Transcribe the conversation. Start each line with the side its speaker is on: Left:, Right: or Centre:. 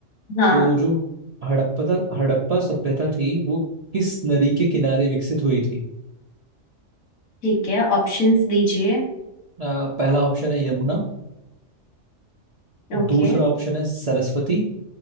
Left: हाँ
Right: तो जो हड़प्पा हड़प्पा सभ्यता थी वो किस नदी के किनारे विकसित हुई थी
Left: ठीक है ऑप्शंस दीजिए
Right: अ, पहला ऑप्शन है यमुना
Left: ओके
Right: दूसरा ऑप्शन है सरस्वती